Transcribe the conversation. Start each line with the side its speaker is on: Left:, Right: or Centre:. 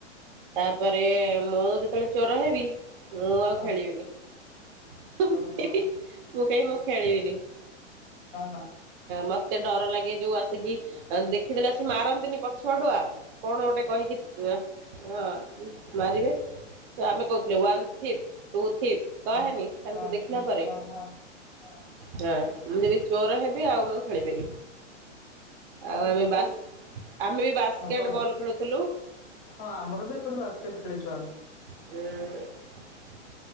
Right: ତାପରେ ମୁଁ ଯେତେବେଳେ ଚୋର ହେବି ମୁଁ ଆଉ
Left: ହଁ
Right: ଖେଳିବିନି ମୁଁ
Left: ହଁ ଓହୋ
Right: କହିବି ମୁଁ କହିବି ଖେଳିବିନି
Left: ଓ ହଁ
Right: ମୋତେ ଡର ଲାଗେ ଯୋଉ ଆସିକି ଦେଖିଦେଲେ ଆସି ମାରନ୍ତିନି ପଛଆଡୁଆ କଣ ଗୋଟେ କହିକି ହଁ ମାରିବେ ତ ଆମେ କହୁଛେ ୱାନ୍ ଥ୍ରି ଟୁ ଥ୍ରୀ କହେନି
Left: ହଁ ହଁ ହଁ
Right: ତାଙ୍କୁ
Left: ହଁ।
Right: ଦେଖିଲା ପରେ
Left: ହଁ ହଁ
Right: ହଁ, ମୁଁ ଯଦି ଚୋର ହେବି ଆଉ ମୁଁ ଖେଳିବିନି
Left: ଆରେ
Right: ଆଉ ଆମେ
Left: ଗୋଟେ
Right: ବାସ୍ ଆମେ ବି ବାସ୍କେଟ
Left: ହଁ କହ
Right: ବଲ୍ ଖେଳୁଥିଲୁ
Left: ହଁ, ଆମର ବି ଏପଟେ ବାସ୍କେଟ ଖେଳିଛୁ ଆମେ
Right: ହୁଁ